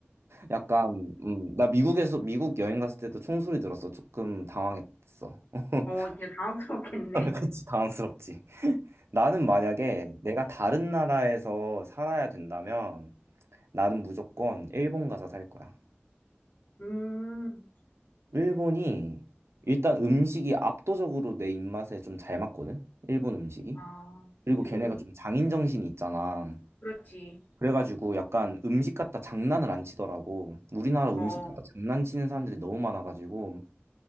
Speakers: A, on the right (about 80°); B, on the left (about 50°).
A: 약간 음, 나 미국에서 미국 여행 갔을 때도 총소리 들었어. 조금 당황했어. <laughs>
B: 어, 진짜 당황스럽겠네.
A: 그치, 당황스럽지. 나는 만약에 내가 다른 나라에서 살아야 된다면 나는 무조건 일본 가서 살 거야.
B: 음,
A: 일본이 일단 음식이 압도적으로 내 입맛에 좀 잘 맞거든? 일본 음식이.
B: 아,
A: 그리고
B: 일본
A: 걔네가
B: 음식.
A: 좀 장인정신이 있잖아.
B: 그렇지.
A: 그래가지고 약간 음식 갖다 장난을 안 치더라고. 우리나라 음식
B: 어, 어,
A: 갖다 장난치는 사람들이 너무 많아가지고